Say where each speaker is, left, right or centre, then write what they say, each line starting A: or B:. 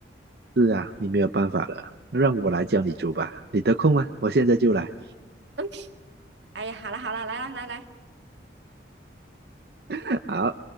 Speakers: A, on the right (about 60°); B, on the right (about 75°).
A: 是啊，你没有办法了，让我来教你煮吧。你得空吗？我现在就来。
B: <laughs> 哎呀，好了好了，来啦来来。
A: <laughs> 好。